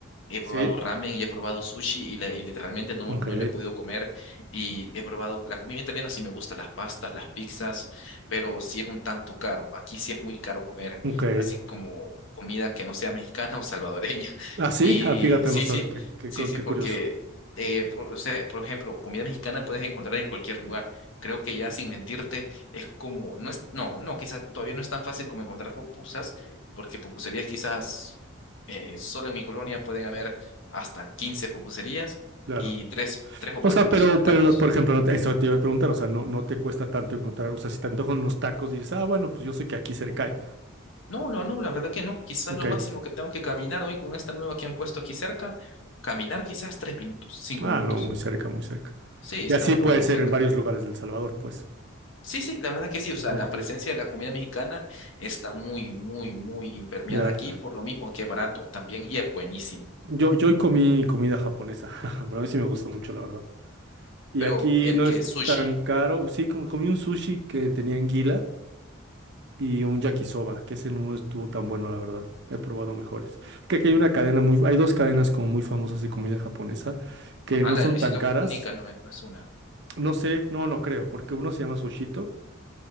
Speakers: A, on the left; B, on the right.
A: He
B: Sí.
A: probado ramen y he probado sushi y, la- y literalmente no,
B: Ok,
A: no lo he podido comer. Y he probado la comida italiana, sí me gusta, las pastas, las pizzas, pero sí es un tanto caro. Aquí sí es muy caro comer,
B: ok.
A: así como comida que no sea mexicana o salvadoreña. <laughs>
B: Ah, sí,
A: Y
B: ah, fíjate,
A: sí,
B: no sabe
A: sí,
B: qué, qué,
A: sí,
B: cu-
A: sí,
B: qué
A: porque,
B: curioso.
A: eh, por, o sea, por ejemplo, comida mexicana puedes encontrar en cualquier lugar. Creo que ya sin mentirte, es como, no es, no, no, quizás todavía no es tan fácil como encontrar pupusas porque pupuserías quizás eh, solo en mi colonia pueden haber hasta 15 pupuserías
B: Claro.
A: y tres, tres o
B: O
A: cuatro
B: sea,
A: puestos
B: pero,
A: de tacos.
B: pero no, por ejemplo, no te- eso te iba a preguntar, o sea, no, no te cuesta tanto encontrar, o sea, si te antojan unos tacos, dices, ah, bueno, pues yo sé que aquí cerca hay.
A: No, no, no, la verdad que no. Quizás
B: Ok.
A: lo máximo que tengo que caminar hoy con esta nueva que han puesto aquí cerca, caminar quizás tres minutos, cinco
B: Ah,
A: minutos.
B: no, muy cerca, muy cerca.
A: Sí,
B: Y
A: está
B: así
A: todo
B: puede
A: muy
B: ser
A: cerca.
B: en varios lugares del Salvador, pues.
A: Sí, sí, la verdad que sí. O sea,
B: Ok,
A: la
B: ok.
A: presencia de la comida mexicana está muy, muy, muy impermeada
B: Ya,
A: aquí, por lo mismo que es barato también y es buenísimo.
B: Yo, yo hoy comí comida japonesa, <laughs> pero a mí sí me gusta mucho, la verdad. Y
A: Pero
B: aquí
A: el
B: no
A: que
B: es
A: es sushi,
B: tan caro, sí, como comí un sushi que tenía anguila y un yakisoba, que ese no estuvo tan bueno, la verdad. He probado mejores. Es que aquí hay una cadena muy, hay dos cadenas como muy famosas de comida japonesa que
A: ah,
B: no
A: la
B: son
A: de Luisito
B: tan caras.
A: Comunica no es, no es una.
B: No sé, no, no creo, porque uno se llama Sushito,